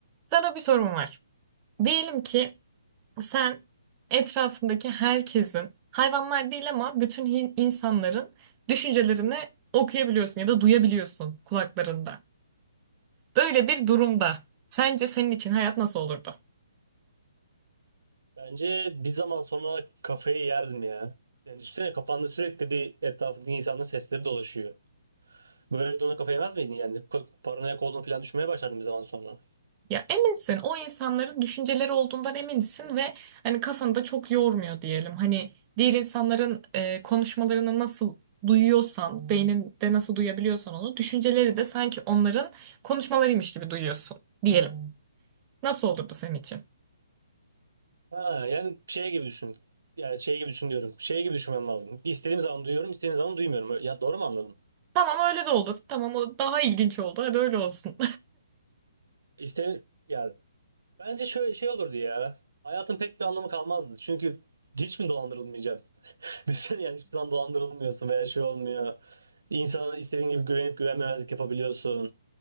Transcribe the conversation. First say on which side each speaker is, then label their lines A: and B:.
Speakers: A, on the right (about 25°); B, on the right (about 80°).
A: Sana bir sorum var. Diyelim ki sen etrafındaki herkesin, hayvanlar değil ama bütün hin- insanların düşüncelerini okuyabiliyorsun ya da duyabiliyorsun kulaklarında. Böyle bir durumda sence senin için hayat nasıl olurdu?
B: Bence bir zaman sonra kafayı yerdim ya. Yani düşünsene kafanda sürekli bir etrafındaki insanların sesleri dolaşıyor. Böyle de ona kafa yemez miydin yani? Ko- Paranoyak olduğunu falan düşünmeye başlardın bir zaman sonra.
A: Ya eminsin o insanların düşünceleri olduğundan eminsin ve hani kafanı da çok yormuyor diyelim. Hani diğer insanların e, konuşmalarını nasıl duyuyorsan, beyninde nasıl duyabiliyorsan onu, düşünceleri de sanki onların konuşmalarıymış gibi duyuyorsun diyelim. Nasıl olurdu senin için?
B: Ha, yani şey gibi düşün. Yani şey gibi düşün diyorum. Şey gibi düşünmem lazım. İstediğim zaman duyuyorum, istediğim zaman duymuyorum. Ö- Ya doğru mu anladım?
A: Tamam öyle de olur. Tamam o daha ilginç oldu. Hadi öyle olsun.
B: İste ya bence şöyle şey olurdu ya. Hayatın pek bir anlamı kalmazdı. Çünkü hiç mi dolandırılmayacağım? <laughs> Düşünsene yani hiçbir zaman dolandırılmıyorsun veya şey olmuyor. İnsana istediğin gibi güvenip güvenmemezlik yapabiliyorsun.